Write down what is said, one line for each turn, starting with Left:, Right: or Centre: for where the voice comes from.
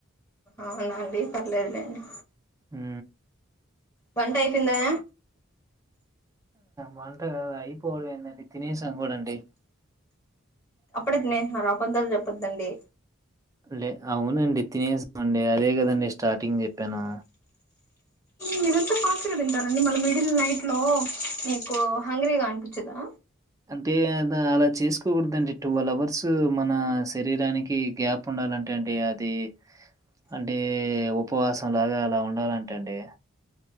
Left: అవునా అండి పర్లేదులేండి
Right: హు
Left: వంట అయిపోందా
Right: వంట అయిపోడందండి తినసాను కూడా అండి
Left: అప్పుడనే తినేసి నారా అబద్దాలు చెప్పద్దండి
Right: లే అవునండి తినేసా అండి అదే కదండి స్టార్ట్ టింగ్ చెప్పాను
Left: మీరంత ఫాస్ట్గా తింటారండి మళ మిడిల్ నైట్ లో మీకు హంగ్రీ గా అనిపించదా
Right: అంటే అద అలా చేసుకోకూడదండి ట్వెల్వ్ అవర్స్ మన శరీరానికి గ్యాప్ ఉండాలంటా అండి అది అంటే ఉపవాసంలాగా అలా ఉండాలంట అండి